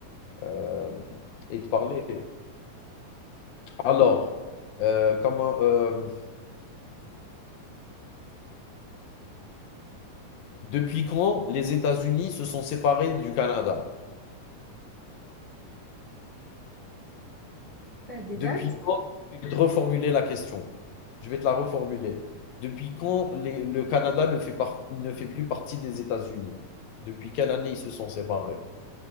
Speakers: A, on the left (about 75°); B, on the right (about 20°).
A: euh, et te parler. Alors, euh, comment, euh, depuis quand les États-Unis se sont séparés du Canada?
B: T'as des
A: Depuis
B: dates?
A: quand, je vais te reformuler la question. Je vais te la reformuler. Depuis quand les- le Canada ne fait, par- ne fait plus partie des États-Unis Depuis quelle année ils se sont séparés